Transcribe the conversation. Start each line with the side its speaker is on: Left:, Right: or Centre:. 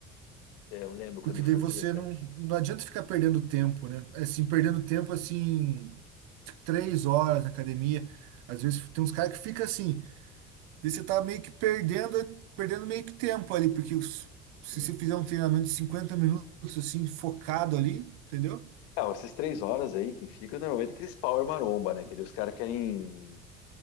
Left: É, eu lembro quando
Right: Porque
Left: eu
Right: daí
Left: fazia,
Right: você
Left: cara.
Right: não, não adianta ficar perdendo tempo, né? Assim, perdendo tempo, assim, três horas na academia. Às vezes tem uns caras que fica assim, daí você tá meio que perdendo, perdendo meio que tempo ali, porque os- se
Left: Sim.
Right: você fizer um treinamento de 50 minutos, assim, focado ali, entendeu?
Left: Ah, essas três horas aí que fica, normalmente aqueles power maromba, né? Que daí os caras querem